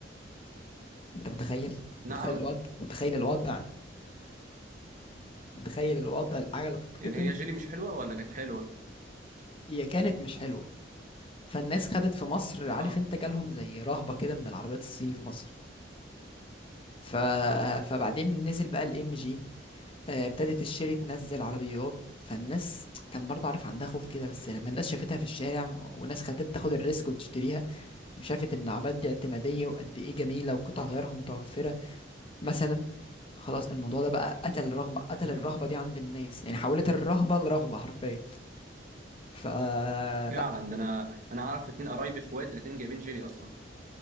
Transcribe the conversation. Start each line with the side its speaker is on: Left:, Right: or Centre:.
Left: انت متخيل
Right: نعم
Left: متخيل الوضع متخيل الوضع متخيل الوضع العجلة تتقطم
Right: يعني هي الجيلي مش حلوه ولا كانت حلوه
Left: هي كانت مش حلوة فالناس خدت في مصر عارف
Right: اه
Left: انت جالهم زي رهبة كده من العربيات الصيني في مصر ف...
Right: اه
Left: فبعدين نزل بقى الام جي ابتدت الشيري تنزل عربيات فالناس كان برضه عارف عندها خوف كده بس لما الناس شافتها في الشارع وناس خدت تاخد الريسك وتشتريها وشافت ان العملات دي اعتمادية وقد ايه جميلة وقطع غيارها متوفرة مثلا خلاص الموضوع ده بقى قتل الرغبة قتل
Right: مم.
Left: الرهبة دي عند الناس يعني حولت الرهبة لرغبة حرفيا فلا
Right: فعلا ده انا انا اعرف اتنين قرايبي اخوات الاتنين جايبين جيلي اصلا